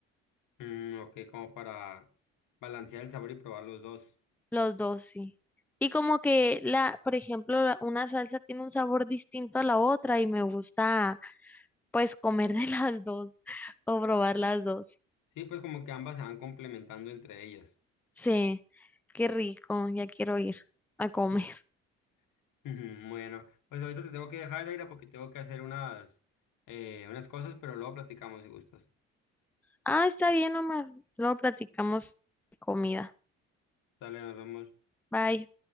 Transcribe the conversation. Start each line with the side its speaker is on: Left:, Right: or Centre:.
Left: Mm, ok, como para balancear el sabor y probar los dos.
Centre: Los dos, sí. Y como que la, por ejemplo, la- una salsa tiene un sabor distinto a la otra y me gusta pues comer de <laughs> las dos o probar las dos.
Left: Sí, pues como que ambas se van complementando entre ellas.
Centre: Sí. Qué rico, ya quiero ir a comer.
Left: Mm.
Centre: <laughs>
Left: <laughs> Ujú, Bueno, pues ahorita te tengo que dejar, Aira, porque tengo que hacer unas, eh, unas cosas, pero luego platicamos si gustas.
Centre: Ah, está bien, Omar. Luego platicamos de comida.
Left: Dale, nos vemos.
Centre: Bye.